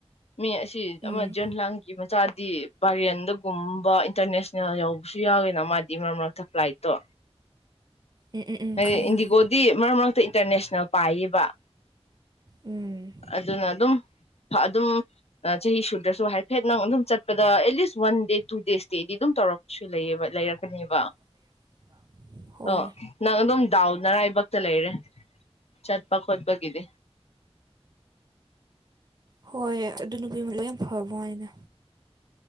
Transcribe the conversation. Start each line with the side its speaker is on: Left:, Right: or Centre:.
Left: ꯃꯤ ꯑꯁꯤ ꯁꯤ
Right: ꯎꯝ
Left: ꯑꯃ ꯖꯟ ꯂꯥꯡꯒꯤ ꯃꯆꯥꯗꯤ ꯄꯔꯦꯟꯗꯒꯨꯝꯕ ꯏꯟꯇꯔꯅꯦꯁꯅꯦꯜ ꯌꯧꯕꯁꯨ ꯌꯥꯎꯋꯦꯅ ꯃꯥꯗꯤ ꯃꯔꯛ ꯃꯔꯛꯇ ꯐ꯭ꯂꯥꯏꯠ ꯠꯇꯣ
Right: ꯎꯝ ꯎꯝ ꯎꯝ
Left: ꯍꯥꯏꯗꯤ
Right: ꯈꯪꯉꯦ
Left: ꯏꯟꯗꯤꯒꯣꯗꯤ
Right: ꯈꯪꯉꯦ
Left: ꯃꯔꯛ ꯃꯔꯛꯇ ꯏꯟꯇꯔꯅꯦꯁꯅꯦꯜ ꯄꯥꯏꯌꯦꯕ
Right: ꯎꯝ
Left: ꯑꯗꯨꯅ ꯑꯗꯨꯝ ꯑꯗꯨꯝ ꯆꯍꯤ ꯁꯨꯗ꯭ꯔꯁꯨ ꯍꯥꯏꯐꯦꯠ ꯅꯪ ꯑꯗꯨꯝ ꯆꯠꯄꯗ at least one day two days ꯏꯁꯇꯦꯗꯤ ꯑꯗꯨꯝ ꯇꯧꯔꯛꯄꯁꯨ ꯂꯩꯕ ꯂꯩꯔꯛꯀꯅꯦꯕ
Right: <unintelligible> ꯍꯣꯏ
Left: ꯑ ꯅꯪ ꯑꯗꯨꯝ ꯗꯥꯎ ꯅꯔꯥꯏꯕꯛꯇ ꯂꯩꯔꯦ ꯆꯠꯄ ꯈꯣꯠꯄꯒꯤꯗꯤ
Right: ꯍꯣꯏ ꯑꯗꯨ ꯅꯨꯄꯤꯃꯂ ꯌꯥꯝ ꯐꯕꯣ ꯍꯥꯏꯅ